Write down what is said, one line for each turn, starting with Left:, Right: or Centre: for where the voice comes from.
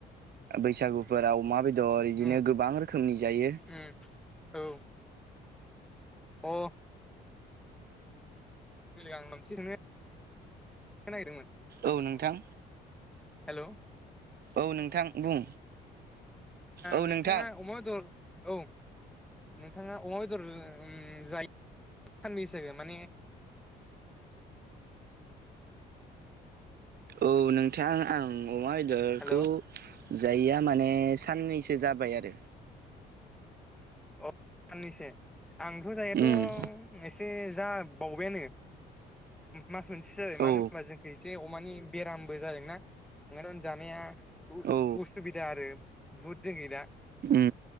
Right: बैसागुफोरा अमा बेदर बिदिनो
Centre: औ
Right: गोबां रोखोमनि जायो।
Centre: उम औ औ अ आं मोनसे सोंनो नागिरदोंमोन।
Right: औ नोंथां
Centre: हेल'
Right: औ नोंथां बुं औ
Centre: नोंथाङा
Right: नोंथां
Centre: अमा बेदर औ नोंथाङा अमा बेदर जायो सानबो हिसै माने
Right: औ नोंथां आं अमा बेदरखौ
Centre: हेल' अ
Right: जायया माने साननैसो जाबाय आरो।
Centre: अ साननैस आंथ' जायैयाथ'
Right: उम
Centre: एसे जा बावबायानो मास मोनसेसो जाबाय मानो
Right: औ
Centre: होनबा जों एसे अमानि बेरामबो जादोंना ओंखायथ जानाया
Right: औ
Centre: उसुबिदा आरो। बुहुत जों गै दा
Right: उम